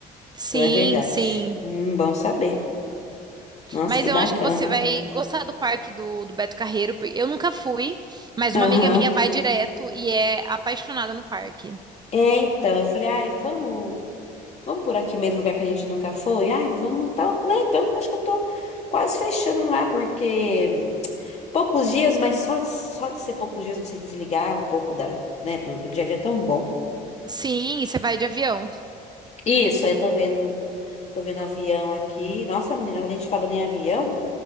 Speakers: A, on the right (about 25°); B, on the left (about 40°).
A: Sim,
B: Então é verdade.
A: sim.
B: Hum, bom saber. Nossa,
A: Mas
B: que
A: eu
B: bacana.
A: acho que você vai gostar do parque do, do Beto Carreiro. porque Eu nunca fui, mas
B: Aham.
A: uma amiga minha vai direto e é apaixonada no parque.
B: É, então, eu falei, ai, vamos. Vamos por aqui mesmo, lugar que a gente nunca foi? Ai, vamos, tal, né? Então, acho que eu tô quase fechando lá, porque poucos dias, mas só, só de ser poucos dias você desligar um pouco da, né, do, do dia a dia é tão bom.
A: Sim, e você vai de avião.
B: Isso, aí eu tô vendo, tô vendo avião aqui. Nossa, menina, a gente falando em avião,